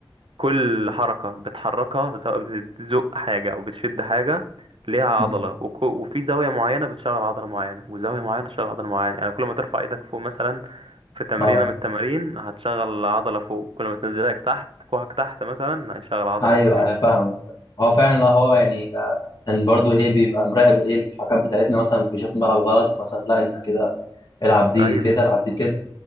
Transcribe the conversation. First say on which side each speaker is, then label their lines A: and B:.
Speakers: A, on the right; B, on the left.
A: كل حركة بتحركها سواء بتزق حاجة أو بتشد حاجة ليها عضلة
B: مم.
A: وك- وفي زاوية معينة بتشغل عضلة معينة وزاوية معينة تشغل عضلة معينة يعني كل ما ترفع ايدك فوق مثلا في تمرينة
B: اه
A: من التمارين هتشغل عضلة فوق كل ما تنزل ايدك تحت كوعك تحت مثلا هيشغل عضلة
B: ايوه
A: تانية
B: انا فاهم هو فعلا لا هو يعني آه، كان برضو ايه بيبقى مراقب ايه الحكام بتاعتنا مثلا بيشوفني بلعب غلط مثلا لا انت كده العب دي
A: أيوة
B: كده العب دي كده